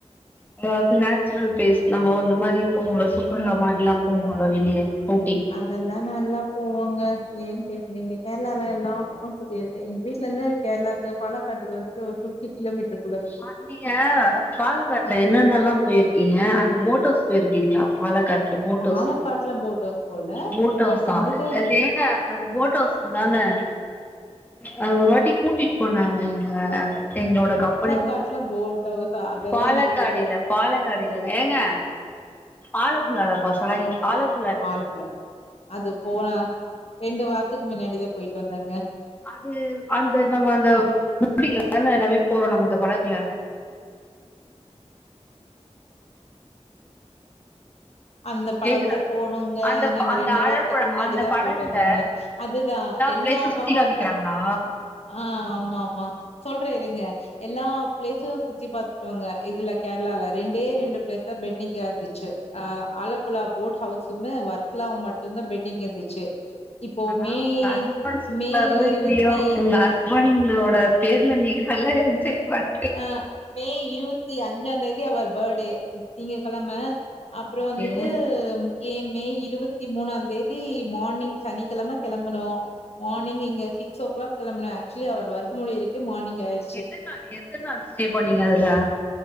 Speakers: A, on the left; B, on the left.
A: அதாவது நேச்சுரல் ப்ளேஸ் நம்ப அந்த மாரி போவோன்லே சுற்றுலா மார்லா போவோம்ல வெளியே அவுட்டிங்
B: அதெல்லா நல்லா போவாங்க ஏன் கேக்குறீங்க கேரளால எல்லா பக்கம் சுத்தியா எங்க வீட்ல இருந்து கேரளாக்கு பாலக்காட்டுக்கு வந்துட்டு ஒரு பிப்டி கிலோ மீட்டர்
A: <unintelligible> நீங்க பாலக்காட்டுல என்னென்ன ல்லாம் போயிருக்கீங்க அந்த போட் ஹவுஸ் போயிருக்கீங்களா பாலக்காட் போட்
B: பாலக்காட்டுல
A: ஹவுஸ்
B: போட் ஹவுஸ் போல
A: போட் ஹவுசா
B: பட் வந்துட்டு
A: எங்க அது போட் ஹவுஸ் தானே அத ஒரு வாட்டி கூட்டிட்டு போனாங்க எங்க எங்களோட கம்
B: காட்டுல போட்ஹவுசா அதெல்லா
A: பாலக்காடில
B: எனக்கு தெரியாதுங்
A: பாலக்காடில ஏங்க ஆலப்புள்ளப்பா சாரி ஆலப்
B: ஆலப்புல அது போன ரெண்டு வாரத்துக்கு முன்னாடிதா போயிட்டு வந்தேங்க
A: அது அந்த நம்ம அந்த மூடில <inaudible> தான எல்லாமே போவோ நம்ம அந்த படகுல
B: அந்த படகுல
A: கேக்குதா
B: போனோங்க
A: அந்த
B: நாங்க
A: ப- அந்த
B: ரெண்டு
A: ஆழப்புழா
B: வாரத்துக்கு மின்னாடிதா
A: அந்த படகுல
B: போயிட்டு வந்தங்க அதுதா எல்லா
A: பிளேஸும் சுத்தி
B: பக்ககோ
A: காமிக்கிறாங்களா
B: அ ஆமா ஆமா சொல்றேன் இருங்க எல்லா ப்ளேஸும் சுத்தி பாத்துட்டுடோங்க இதுல கேரளால ரெண்டே ரெண்டு ப்ளேஸ் தா பென்டிங்கா இருந் சே அ ஆலப்புழா போட் ஹவுஸ்மு ஒர்க்லாம் மட்டுதா பெட்டிங் இருந்துச்சு இப்போ
A: ஆனா
B: மே
A: உங்க ஹஸ்பண்ட் சுத்துறாரோ
B: மே இருவத்தி
A: இல்லையோ உங்க ஹஸ் பண்டுடோட பேர்ல நீங்க நல்லா என்ஜாய் பண்
B: அ மே இருபத்தி அஞ்சா தேதி அவர் பேர்டே நீங்க கெழம அப்றோ
A: ஓகே
B: வந்துட்டு ஏ மே இருபத்தி மூணாம் தேதி மார்னிங் சனிக்கிழம கிளம்பனோ மார்னிங் இங்க சிக்ஸ் ஓ கிலாக் கிளம்பன ஆக்சுவலி அவர் ஒர்க் முடியருக்கு மார்னிங் ஆயிரு
A: எத்தன் நாள் எத்தன் நாள் ஸ்டே பண்ணீங்க அதுல